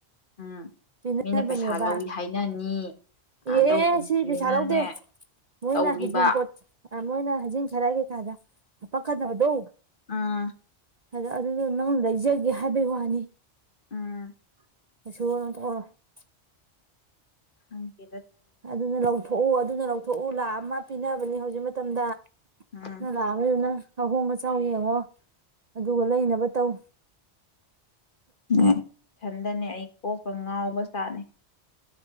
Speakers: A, on the left; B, on the right.
A: ꯎꯝ
B: ꯄꯤꯅꯕꯅꯦꯕ
A: ꯃꯤꯅ ꯄꯩꯁꯥ ꯂꯧꯏ ꯍꯥꯏꯅꯅꯤ
B: ꯑꯦ
A: ꯂꯧꯒꯨꯝꯁꯦꯅꯅꯦ
B: ꯁꯤ ꯄꯩꯁꯥ ꯂꯧꯗꯦ ꯃꯣꯏꯅ
A: ꯇꯧꯔꯤꯕ
B: ꯍꯩꯖꯤꯡꯄꯣꯠ ꯃꯣꯏꯅ ꯍꯩꯖꯤꯡ ꯈꯔꯒꯦ ꯀꯗ ꯍꯥꯞꯄꯛ ꯀꯥꯗꯕꯗꯣ
A: ꯑꯥ
B: ꯑꯗꯣ ꯑꯗꯨꯗꯣ ꯅꯪ ꯂꯩꯖꯒꯦ ꯍꯥꯏꯕꯩ ꯋꯥꯅꯦ
A: ꯎꯝ
B: <unintelligible>
A: <unintelligible>
B: ꯑꯗꯨꯅ ꯂꯧꯊꯣꯛꯑꯣ ꯑꯗꯨꯅ ꯂꯧꯊꯣꯛꯑꯣ ꯊꯣꯛꯎ ꯂꯥꯛꯑ ꯑꯃ ꯄꯤꯅꯕꯅꯤ ꯍꯧꯖꯤꯛ ꯃꯇꯝꯗ
A: ꯎꯝ
B: <unintelligible> ꯑꯍꯣꯡ ꯑꯆꯥꯎ ꯌꯦꯡꯉꯣ ꯑꯗꯨꯒ ꯂꯩꯅꯕ ꯇꯧ꯫
A: <unintelligible> ꯏꯊꯟꯗꯅꯦ ꯑꯩ ꯀꯣꯛꯄ ꯉꯥꯎꯕ ꯖꯥꯠꯅꯤ꯫